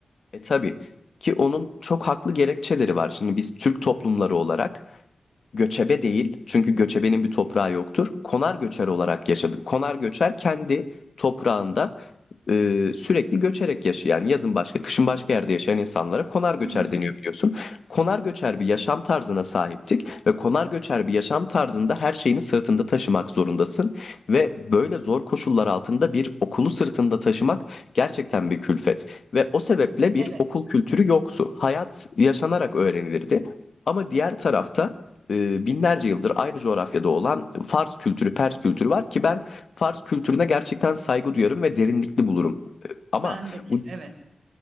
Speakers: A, on the left; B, on the right.
A: e tabii ki onun çok haklı gerekçeleri var. Şimdi biz Türk toplumları olarak Göçebe değil. Çünkü göçebenin bir toprağı yoktur. Konar göçer olarak yaşadık. Konar göçer kendi toprağında e, sürekli göçerek yaşayan, yazın başka, kışın başka yerde yaşayan insanlara konar göçer
B: Hı hı.
A: deniyor biliyorsun. Konar göçer bir yaşam tarzına sahiptik ve konar göçer bir yaşam tarzında her şeyini sırtında taşımak zorundasın ve böyle zor koşullar altında bir okulu sırtında taşımak gerçekten bir külfet ve o sebeple bir
B: Evet.
A: okul kültürü yoktu. Hayat yaşanarak öğrenilirdi. Ama diğer tarafta e, binlerce yıldır aynı coğrafyada olan Fars kültürü, Pers kültürü var ki ben Fars kültürüne gerçekten saygı duyarım ve derinlikli bulurum. E, Ama
B: Bendeki
A: bu
B: evet.